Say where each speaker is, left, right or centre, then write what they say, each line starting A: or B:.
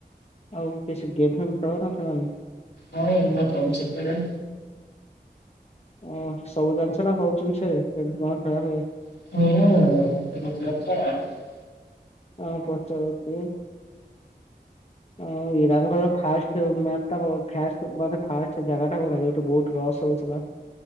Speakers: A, on the left (about 40°); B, on the left (about 80°).
A: ଆଉ କିଛି ଗେମ ଫେମ ଖେଳନା ଖେଳଣି।
B: ହଁଏ ମୁଁ ପଢୁଛି ପରା।
A: ଅଁ ସବୁ ଜାଣିଛନା କଉଛୁ ମିଛରେ କେମତି କଣ ଖେଳହୁଏ?
B: <unintelligible>
A: ହଁ ପଚାରନ୍ତୁ। ଆଉ ଉଇରାନଙ୍କର ଫାଷ୍ଟ। ଯୋଉ ମ୍ୟାପଟା ପାଷ୍ଟେ ମାନେ ଫାଷ୍ଟେ ଜାଗାଟା କୋଉଟା ଯୋଉଠି ବହୁତୁ ଲସ ହଉଥିଲା।